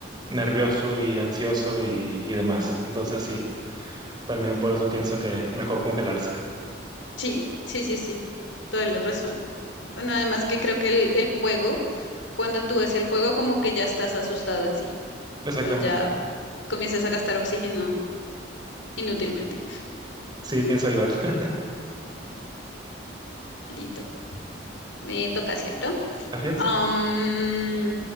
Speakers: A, on the right (about 20°); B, on the left (about 75°).
A: nervioso y ansioso y, y demás. Entonces sí, también por eso pienso que mejor congelarse.
B: Sí, sí, sí, sí, toda la razón. Bueno, además que creo que el, el fuego, cuando tú ves el fuego, como que ya estás asustado en sí.
A: Exactamente.
B: Entonces ya comienzas a gastar oxígeno inútilmente.
A: Sí, pienso igual. <laughs>
B: Listo. Me toca, ¿cierto?
A: Así es.
B: Am,